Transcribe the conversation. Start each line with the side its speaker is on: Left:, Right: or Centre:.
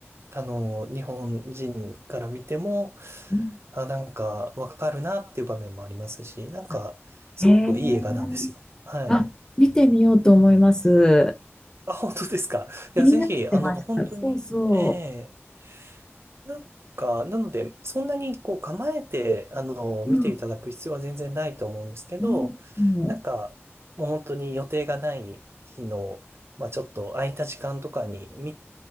Right: あの、日本人から見ても、
Left: うん
Right: あ、なんかわかるなっていう場面もありますし、なんかすごくいい映画なんですよ。
Left: あへえ。
Right: はい。
Left: あ、見てみようと思います。
Right: あ、本当ですか。
Left: 気になってました。
Right: いや、ぜひ、あの、本当に、
Left: そうそ
Right: ええなんか、なので、そんなにこう構えて、あの、
Left: う。
Right: 見ていただく必要は全然ないと思うんですけど、
Left: うん。うん。
Right: なんか、もう本当に予定がない日の、まあちょっと空いた時間とかに見